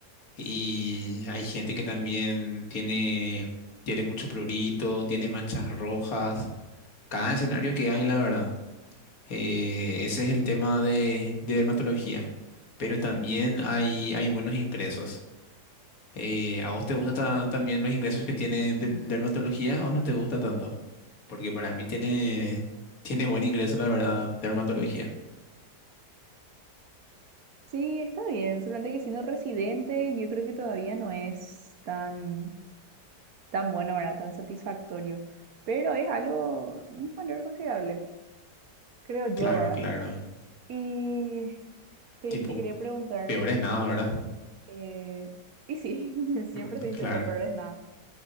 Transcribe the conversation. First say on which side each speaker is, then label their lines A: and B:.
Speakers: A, on the left; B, on the right.
A: y hay gente que también tiene, tiene mucho prurito, tiene manchas rojas. Cada escenario que hay, la verdad. Eh, ese es el tema de, de dermatología. Pero también hay, hay buenos ingresos. Eh, ¿a vos te gustan ta- también los ingresos que tiene de- dermatología o no te gusta tanto? Porque para mí tiene, tiene buen ingreso, la verdad, dermatología.
B: Sí, está bien, solamente que siendo residente, yo creo que todavía no es tan, tan bueno, ¿verdad? Tan satisfactorio, pero es algo, un valor considerable, creo yo,
A: Claro,
B: ¿verdad?
A: claro.
B: Y Te,
A: Tipo,
B: te quería preguntar,
A: peor es nada, ¿verdad?
B: eh, y sí, <laughs> siempre
A: Ujú,
B: se dice,
A: claro.
B: lo peor es nada.